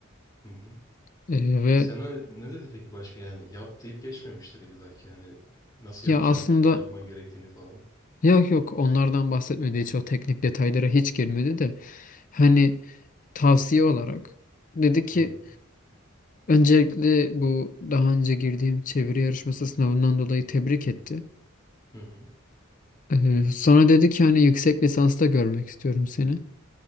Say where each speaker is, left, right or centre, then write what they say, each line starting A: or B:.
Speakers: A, on the left; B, on the left.
A: Hı hı.
B: E, ve
A: Sana ne dedi peki başka yani yap deyip geçmemiştir illa ki hani nasıl
B: ya
A: yapacağını,
B: aslında
A: ne yapman gerektiğini falan.
B: yok yok onlardan bahsetmedi hiç o teknik detaylara hiç girmedi de hani tavsiye olarak dedi ki
A: Hı.
B: Öncelikle bu daha önce girdiğim çeviri yarışması sınavından dolayı tebrik etti.
A: Hı hı.
B: Ee, sonra dedi ki hani yüksek lisansta görmek istiyorum seni.